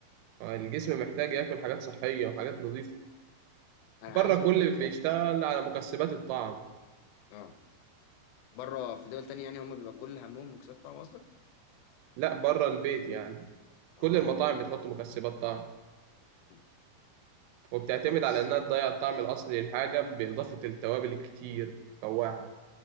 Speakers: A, on the right (about 80°); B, on the left (about 85°).
A: آه، الجسم
B: للاسف
A: محتاج ياكل حاجات صحيه وحاجات نظيفه
B: انا
A: بره
B: عايز
A: كل
B: اقول لك يعني
A: بيشتغل على مكسبات الطعم
B: اه بره في دول تانية يعني هم بيبقى كل همهم مكسات طعم اصلا
A: لا بره البيت يعني
B: اه
A: كل المطاعم
B: اه
A: بتحط مكسبات طعم
B: م.
A: وبتعتمد
B: والله بص
A: على إنها تضيع الطعم الأصلي للحاجة بإضافة التوابل الكتير الفواحة